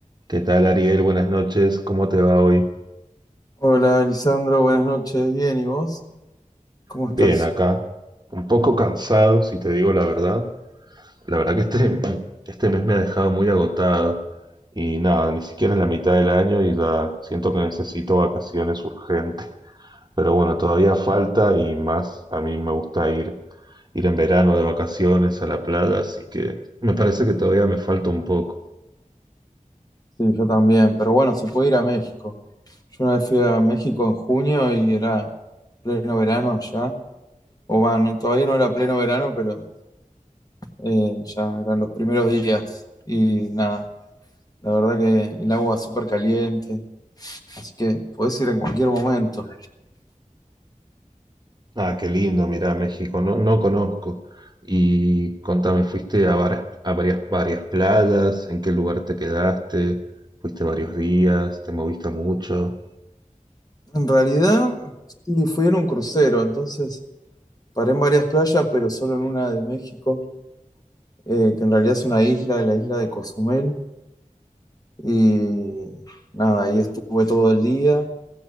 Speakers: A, on the right; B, on the left.
A: ¿Qué tal, Ariel? Buenas noches. ¿Cómo te va hoy?
B: Hola, Lisandro, buenas noches. Bien, ¿y vos? ¿Cómo
A: Bien,
B: estás?
A: acá.
B: <laughs>
A: Un poco cansado, si te digo la verdad. La verdad que este, este mes me ha dejado muy agotado. Y nada, ni siquiera es la mitad del año y ya siento que necesito vacaciones urgentes. Pero bueno, todavía falta y más a mí me gusta ir, ir en verano de vacaciones a la playa, así que me parece que todavía me falta un poco.
B: Sí, yo también, pero bueno, se puede ir a México. Yo una vez fui a México en junio y era pleno verano allá. O bueno, todavía no era pleno verano, pero eh, ya eran los primeros días. Y nada, la verdad que el agua súper caliente, así que podés ir en cualquier momento.
A: Ah, qué lindo, mira, México, no, no conozco. Y contame, ¿fuiste a varias, a varias, varias playas? ¿En qué lugar te quedaste? ¿Fuiste varios días? ¿Te moviste mucho?
B: En realidad, sí, fui en un crucero, entonces paré en varias playas, pero solo en una de México. eh, que en realidad es una isla, la isla de Cozumel. Y nada, ahí estuve todo el día.